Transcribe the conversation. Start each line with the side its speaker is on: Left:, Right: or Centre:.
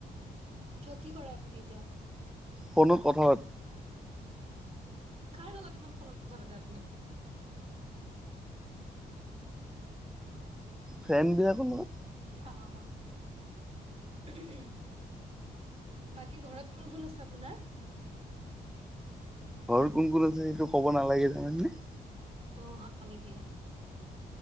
Right: কিয়, কি কৰে আপুনি এতিয়া?
Centre: ফোনত কথা পাতো।
Right: কাৰ লগত ইমান ফোনত কথা পাতে আপুনি?
Centre: ফ্ৰেণ্ড বিলাকৰ লগত।
Right: অহ। বাকী ঘৰত কোন কোন আছে আপোনাৰ?
Centre: ঘৰ কোন কোন আছে সেইটো ক'ব নালাগে, জানা নে?
Right: অঁ' হয় নেকি,